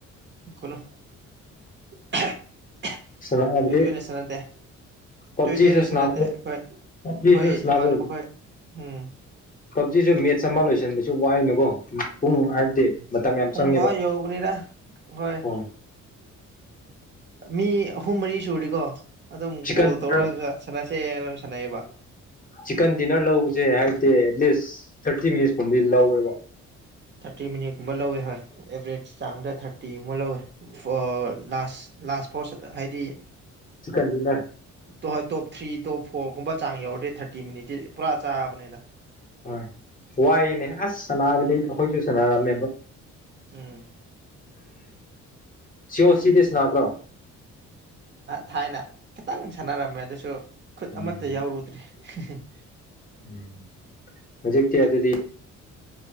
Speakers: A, on the right (about 35°); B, on the left (about 30°).
A: ꯀꯩꯅꯣ <unintelligible>
B: ꯁꯅꯥꯕꯗꯤ
A: ꯇꯣꯏ ꯇꯣꯏꯅ ꯆꯠꯅꯗꯦ
B: ꯄꯞꯖꯤꯁꯨ
A: ꯇꯣꯏ ꯇꯣꯏꯅ
B: ꯁꯅꯥꯕ
A: ꯆꯠꯅꯗꯦ ꯑꯩꯈꯣꯏ
B: ꯄꯞꯖꯤꯁꯨ
A: ꯑꯩꯈꯣꯏ
B: ꯁꯅꯥꯕ
A: ꯏꯃꯥꯟꯅꯕꯈꯣꯏ ꯎꯝ
B: ꯄꯞꯖꯤꯁꯨ ꯃꯦꯠꯁ ꯑꯃ ꯂꯣꯏꯁꯤꯟꯕꯁꯨ ꯋꯥꯏꯅꯀꯣ ꯄꯨꯡ ꯍꯥꯏꯕꯗꯤ ꯃꯇꯝ ꯌꯥꯝ
A: ꯄꯨꯡ
B: ꯆꯪꯉꯦꯕ
A: ꯑꯥ ꯌꯧꯕꯅꯤꯗ ꯍꯣꯏ
B: ꯎ
A: ꯃꯤ ꯍꯨ ꯃꯔꯤꯁ ꯁꯨꯔꯤꯀꯣ ꯑꯗꯨꯝ
B: ꯆꯤꯛꯀꯟ
A: ꯀꯣꯜ
B: ꯗꯤꯅꯔ
A: ꯇꯧꯔꯛꯑꯒ ꯁꯥꯟꯅꯁꯦꯅ ꯑꯗꯨꯝ ꯁꯥꯟꯅꯩꯑꯕ
B: ꯆꯤꯛꯀꯟ ꯗꯤꯅꯔ ꯂꯧꯕꯁꯦ ꯍꯥꯏꯕꯗꯤ ꯑꯦꯠꯂꯤꯁ ꯊꯥꯔꯇꯤ ꯃꯤꯅꯤꯠꯁꯀꯨꯝꯕꯗꯤ ꯂꯧꯋꯦꯕ
A: ꯊꯥꯔꯇꯤ ꯃꯤꯅꯤꯠꯀꯨꯝꯕ ꯂꯧꯋꯦ ꯍꯣꯏ ꯑꯦꯚꯔꯦꯖ ꯆꯥꯡꯗ ꯊꯔꯇꯤ ꯃ ꯂꯥꯁ ꯂꯥꯁ ꯄꯣꯠꯁ ꯍꯥꯏꯗꯤ
B: ꯆꯀꯟ ꯄꯅ
A: ꯇꯣ ꯍꯣꯏ ꯇꯣꯞ ꯊ꯭ꯔꯤ ꯇꯣꯞ ꯐꯣꯔꯒꯨꯝꯕ ꯆꯥꯡ ꯌꯧꯔꯗꯦ ꯊꯥꯔꯇꯤ ꯃꯤꯅꯤꯠꯇꯤ ꯄꯨꯔꯥ ꯆꯥꯕꯅꯤꯅ
B: ꯍꯣꯏ ꯋꯥꯏꯅꯦ ꯑꯁ ꯁꯥꯟꯔꯗꯤ ꯑꯩꯈꯣꯏꯁꯨ ꯁꯥꯟꯅꯔꯝꯃꯦꯕ
A: ꯎꯝ
B: ꯁꯤ ꯑꯣ ꯁꯤꯗꯤ ꯁꯕ꯭ꯔꯣ
A: ꯊꯥꯏꯅ ꯈꯤꯇꯪ ꯁꯥꯟꯅꯔꯝꯃꯦ ꯑꯗꯨꯁꯨ ꯈꯨꯠ
B: ꯎꯝ
A: ꯑꯃꯠꯇ ꯌꯥꯎꯔꯨꯗ꯭ꯔꯤ <unintelligible>
B: ꯎꯝ ꯍꯧꯖꯤꯛꯇꯤ ꯑꯗꯨꯗꯤ